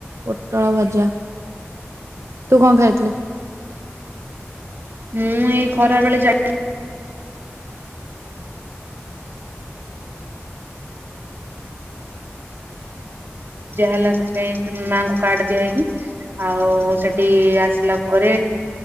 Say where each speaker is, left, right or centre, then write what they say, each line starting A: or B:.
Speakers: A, on the right (about 80°); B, on the right (about 50°).
A: ପୋଟଳ ଭଜା ତୁ କଣ ଖାଇଥିଲୁ
B: ମୁଁ ଏଇ ଖରା ବେଳେ ଯାଇ ହେଲା ସେଥିପାଇଁ ମାଙ୍କୁ କାର୍ଡ ଦିଆ ହେଇକି ଆଉ ସେଠି ଆସିଲା ପରେ